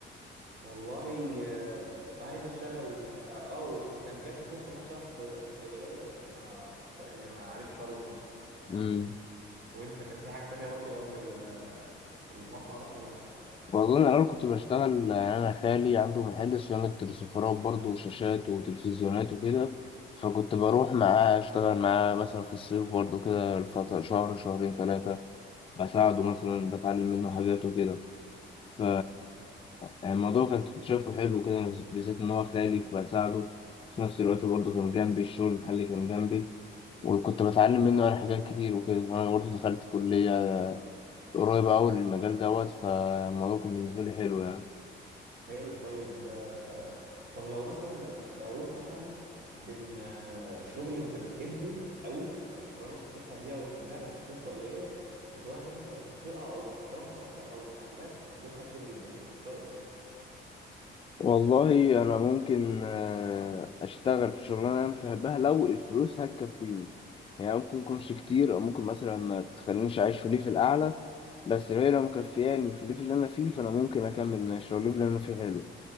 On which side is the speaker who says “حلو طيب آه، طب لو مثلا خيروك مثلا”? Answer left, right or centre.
Right